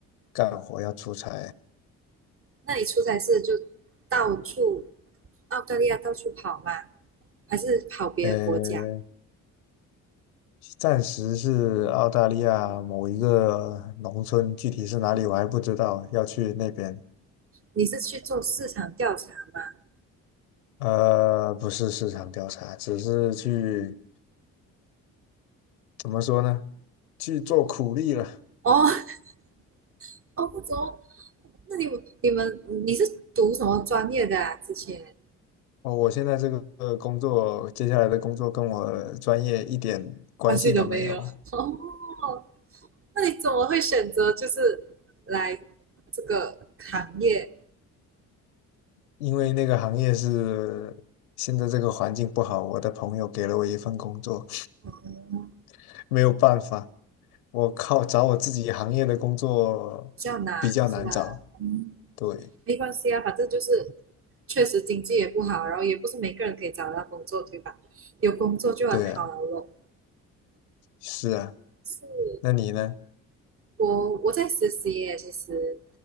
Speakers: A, on the left (about 75°); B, on the right (about 30°).
A: 干活，要出差。
B: 那你出差是就到处澳大利亚到处跑吗？还是跑别的国家？
A: 呃，暂时是澳大利亚某一个农村，具体是哪里我还不知道，要去那边。
B: 你是去做市场调查吗？
A: 呃，不是市场调查，只是去怎么说呢？去做苦力了。
B: 哦 <laughs> 哦，不么？那你们你们你是读什么专业的啊？之前
A: 哦，我现在这个工作，接下来的工作跟我专业一点关系都没有，
B: 关系都没有。<laughs> 哦，那你怎么会选择就是来这个行业？
A: 因为那个行业是现在这个环境不好，我的朋友给了我一份工作，
B: 哦，
A: <laughs> 没有办法，我靠，找我自己行业的工作比较难找。
B: 比较难是吧？嗯，
A: 对，
B: 没关系啊，反正就是确实经济也不好，然后也不是每个人可以找到工作，对吧？有工作就很好了咯。
A: 对啊，是啊，
B: 是
A: 那你呢？
B: 我我在实习耶，其实，